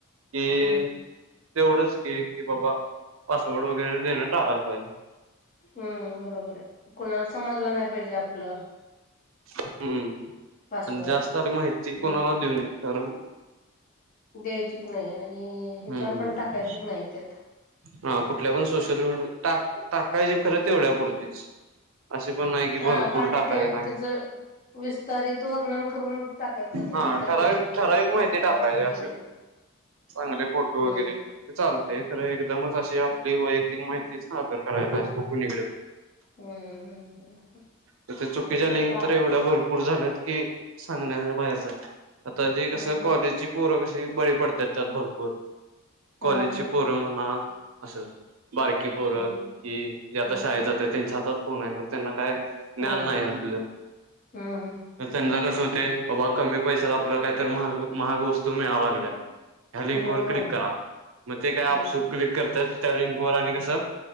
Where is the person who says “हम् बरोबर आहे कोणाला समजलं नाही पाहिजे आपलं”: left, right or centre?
Left